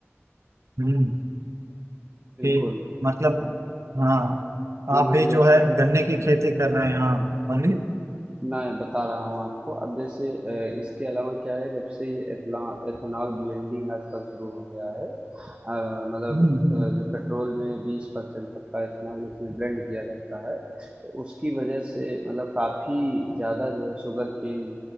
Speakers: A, on the right; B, on the right.
A: हम्म
B: बिल्कुल।
A: कि मतलब
B: हाँ,
A: हाँ
B: अब
A: आप
B: मैं
A: भी
B: जैसे
A: जो है गन्ने की खेती कर रहे हैं हाँ बोलिए
B: मैं बता रहा हूँ आपको। अब जैसे अ, इसके अलावा क्या है जब से ये एथला एथेनॉल ब्लेंडिंग आजकल शुरू हो गया है अ, मतलब
A: हम्म हम्म।
B: अ, जो पेट्रोल में 20% तक का एथेनॉल इसमें ब्लेंड किया जाता है, तो उसकी वजह से मतलब काफ़ी ज़्यादा जो है शुगरकेन